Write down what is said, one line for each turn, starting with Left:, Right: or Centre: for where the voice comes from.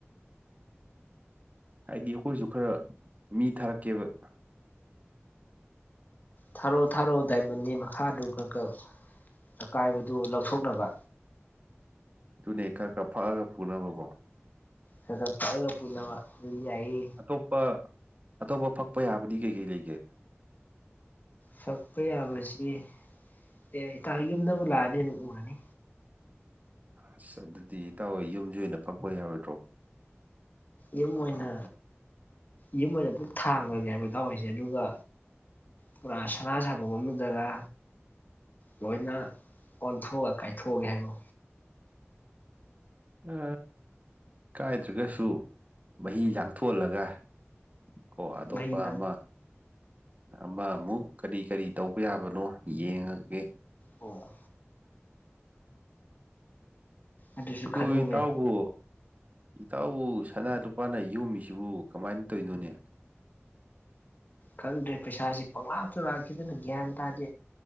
Right: ꯍꯥꯏꯗꯤ ꯑꯩꯈꯣꯏꯁꯨ ꯈꯔ ꯃꯤ ꯊꯥꯔꯛꯀꯦꯕ
Left: ꯊꯥꯔꯛꯑꯣ ꯊꯥꯔꯛꯑꯣ ꯗꯥꯏꯃꯟꯅꯤ ꯃꯈꯥꯗꯨ ꯀꯛ ꯀꯛ ꯑꯀꯥꯏꯕꯗꯨ ꯂꯧꯊꯣꯛꯅꯕ
Right: ꯑꯗꯨꯅꯦ ꯈꯔ ꯈꯔ ꯐꯛꯑꯒ ꯄꯨꯨꯅꯕꯀꯣ
Left: ꯈꯔ ꯈꯔ ꯐꯛꯑꯒ ꯄꯨꯅꯕ ꯑꯗꯨ ꯌꯥꯏꯌꯦ
Right: ꯑꯇꯣꯞꯄ ꯑꯇꯣꯞꯄ ꯐꯛꯄ ꯌꯥꯕꯗꯤ ꯀꯩ ꯀꯩ ꯂꯩꯒꯦ
Left: ꯐꯛꯄ ꯌꯥꯕꯁꯤ ꯑꯦ ꯏꯇꯥꯎ ꯨꯝꯗꯕꯨ ꯂꯥꯛꯑꯅꯤ ꯑꯗꯨꯝ ꯎꯔꯅꯤ
Right: ꯑꯁ ꯑꯗꯨꯗꯤ ꯏꯇꯥꯎꯍꯣꯏ ꯌꯨꯝꯁꯦ ꯑꯣꯏꯅ ꯐꯛꯄ ꯌꯥꯔꯣꯏꯗ꯭ꯔꯣ
Left: ꯌꯨꯝ ꯑꯣꯏꯅ ꯌꯨꯝ ꯑꯣꯏꯅ ꯄꯨꯂꯞ ꯊꯥꯡꯈ꯭ꯔꯒꯦ ꯍꯥꯏꯕ꯭ꯔꯣ ꯏꯇꯥꯎꯍꯣꯏꯁꯦ ꯑꯗꯨꯒ ꯄꯨꯔꯥ ꯁꯅꯥ ꯁꯥꯐꯝ ꯑꯝꯗꯔ ꯂꯣꯏꯅ ꯑꯣꯟꯊꯣꯛꯑ ꯀꯥꯏꯊꯣꯛꯑꯒꯦ ꯍꯥꯏꯕ꯭ꯔꯣ
Right: ꯑ ꯀꯥꯏꯗ꯭ꯔꯒꯁꯨ ꯃꯍꯤ ꯂꯥꯡꯊꯣꯛꯍꯜꯂꯒ ꯀꯣ ꯑꯇꯣꯞꯄ
Left: ꯃꯍꯩ ꯂꯥꯡ
Right: ꯑꯃ ꯑꯃ ꯑꯃꯨꯛ ꯀꯔꯤ ꯀꯔꯤ ꯇꯧꯕ ꯌꯥꯕꯅꯣ ꯌꯦꯡꯉꯒꯦ
Left: ꯑꯣ ꯑꯗꯨꯁꯨ
Right: ꯑꯗꯨ
Left: ꯈꯟꯅꯕ
Right: ꯏꯇꯥꯎꯕꯨ
Left: ꯌꯥꯏ
Right: ꯏꯇꯥꯎꯕꯨ ꯁꯅꯥ ꯂꯨꯄꯥꯅ ꯌꯣꯝꯃꯤꯁꯤꯕꯨ ꯀꯃꯥꯏꯅ ꯇꯧꯔꯤꯅꯣꯅꯦ
Left: ꯈꯪꯗ꯭ꯔꯦ ꯄꯩꯁꯥꯁꯤ ꯄꯪꯂꯥꯛꯇ ꯂꯥꯛꯈꯤꯗꯅ ꯒ꯭ꯌꯥꯟ ꯇꯥꯗꯦ